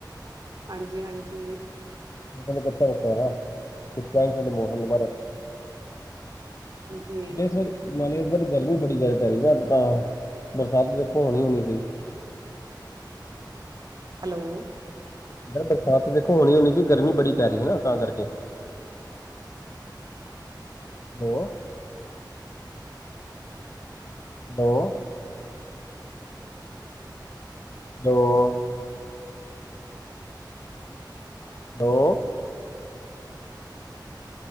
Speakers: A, on the right (about 50°); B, on the left (about 40°).
A: ਹਾਂਜੀ- ਹਾਂਜੀ।
B: ਚਾ ਹੈ ਕੁਛ ਕਹਿ ਸਕਦੇ ਮੌਸਮ ਦੇ ਬਾਰੇ
A: ਜੀ
B: ਬ ਫਿਰ ਨਾਲੇ ਇਸ ਬਾਰੀ ਗਰਮੀ ਬੜੀ ਜ਼ਿਆਦਾ ਪੈ ਰਹੀ ਤਾਂ ਹਾ, ਬਰਸਾਤ ਦੇੇਖੋ ਹੋਣੀ -ਹੋਣੀ ਸੀਹੀ।
A: ਹੈਲੋ
B: ਮੇ ਕਿਹਾ ਬਰਸਾਤ ਵੇਖੋ ਹੋਣੀ- ਹੋਣੀ ਸੀ, ਗਰਮੀ ਬੜੀ ਪੈ ਰਹੀ ਐ ਨਾ ਤਾਂ ਕਰਕੇ। ਹੋ ਹੈਲੋ ਹੈਲੋ ਦੋ